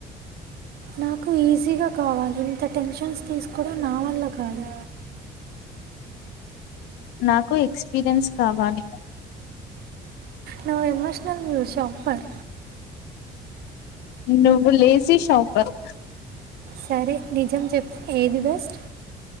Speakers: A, on the right (about 65°); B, on the left (about 80°).
A: నాకు ఈజీగా కావాలి ఇంత టెన్షన్స్ తీసుకోవడం నా వల్ల కాదు
B: నాకు ఎక్స్పీరియన్స్ కావాలి
A: నువ్ ఎమోషనల్ షాపర్
B: నువ్వు లేజి షాపర్
A: సరే నిజం చెప్పు ఏది బెస్ట్